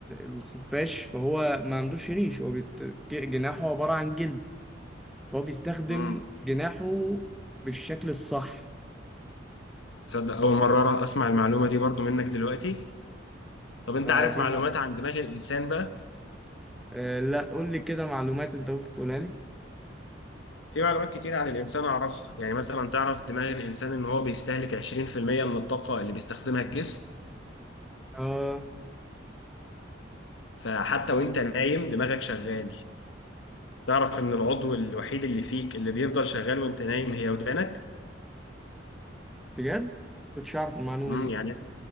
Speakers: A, in the centre; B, on the left.
A: الخفاش فهو ما عندوش ريش هو بيت جناحه عبارة عن جلد فهو بيستخدم
B: امم
A: جناحه بالشكل الصح
B: تصدق اول مره أعرف- اسمع المعلومه دي برضو منك دلوقتي طب انت
A: آه،
B: عارف
A: دي
B: معلومات
A: مع...
B: عن دماغ الانسان بقى
A: آه، لا قول لي كده معلومات أنت ممكن تقولها لي
B: في معلومات كتير عن الانسان اعرفها يعني مثلا تعرف دماغ الانسان ان هو بيستهلك 20% من الطاقه اللي بيستخدمها الجسم
A: اه
B: فحتى وانت نايم دماغك شغال تعرف ان العضو الوحيد اللي فيك اللي بيفضل شغال وانت نايم هي ودانك
A: بجد كنتش اعرف المعلومه
B: امم
A: دي
B: يعني